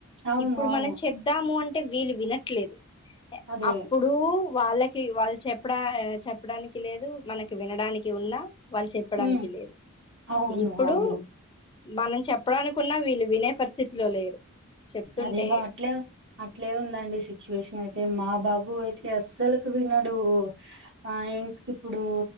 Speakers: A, on the right; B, on the left.
A: అవును
B: ఇప్పుడు
A: అవును
B: మనం చెబదాము అంటే అంటే వీలు వినట్లేదు
A: అదే
B: అప్పుడు వాళ్ళకి వాళ్ళు చెప్పడా చెప్పడానికి లేదు మనకి వినడానికి ఉన్నా వాళ్ళు చెప్పడానికి
A: ఉమ్
B: లేదు
A: అవును
B: ఇప్పుడు
A: అవును
B: మనం చెప్పడానుకున్నా వీళ్ళు వినే పరిస్థితిలో లేరు చెప్తుంటే
A: అదేమో అట్లే అట్లే ఉందండి సిచ్యువేషన్ అయితే మా బాబు అయితే అస్సలుకు విన్నాడు ఆ ఇంక ఇప్పుడు